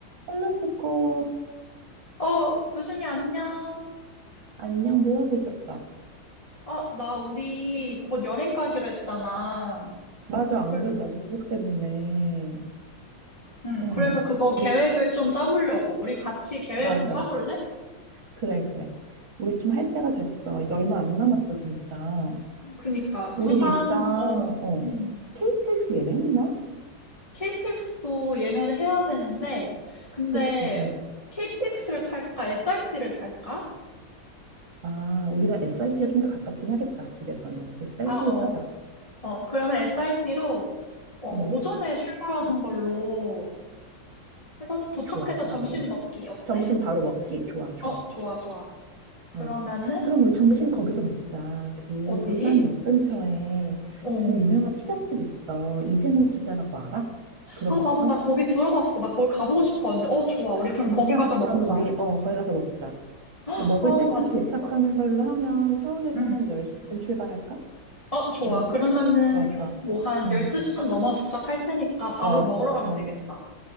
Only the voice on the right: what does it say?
헬로 코코
안녕 뭐 하고 있었어?
맞아 안
그래도 나도 그것 때문에
응
우리
맞아
그래 그래 우리 좀 할 때가 됐어 이제 얼마 안 남았어 진짜
우리
일단
어
KTX 예매했나?
그치
어아 우리가 SRT가 좀 더 가깝긴 하겠다 집에서는 SRT로
타자
어어어
좋아
나도
점심 바로 먹기 좋아 좋아
어. 그럼 우리 점심 응. 거기서 먹자. 그
부산역 근처에
되게 유명한 피자집 있어. 이재모 피자라고 알아? 들어봤어?
아, 진짜?
그러면 우리 어, 거기 가서 먹자.
근데 먹을 때쯤
도착하는 걸로 하면 서울에서
한 10시쯤 출발할까?
10시쯤?
좋아, 좋아.
응.
어,
어,